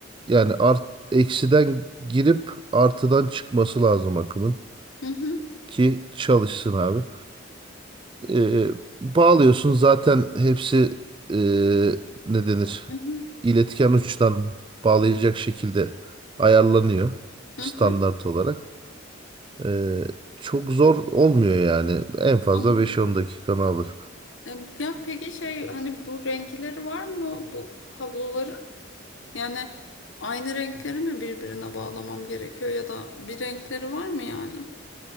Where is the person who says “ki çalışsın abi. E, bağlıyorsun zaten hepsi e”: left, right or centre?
Right